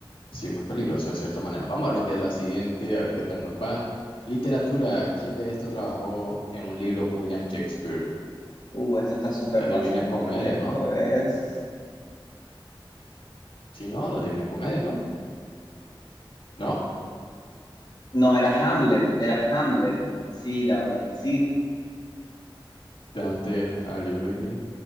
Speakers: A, on the left (about 80°); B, on the left (about 50°).
A: Sí, muy peligroso de cierta manera. Vamos a ver lo que es la siguiente, a ver qué tal nos va. Literatura, ¿quién de esto trabajó en un libro William Shakespeare?
B: Uh, esto está súper
A: La
B: fácil.
A: Divina Comedia,
B: Esto
A: ¿no?
B: es...
A: Sí, no, la Divina Comedia, ¿no? No,
B: No, era Hamlet, era Hamlet. Sí, la verdad es que sí.
A: Dante Alighieri,